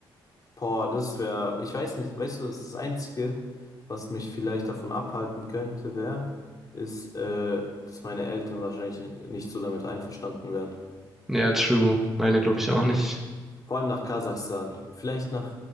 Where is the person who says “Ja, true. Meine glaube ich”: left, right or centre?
Centre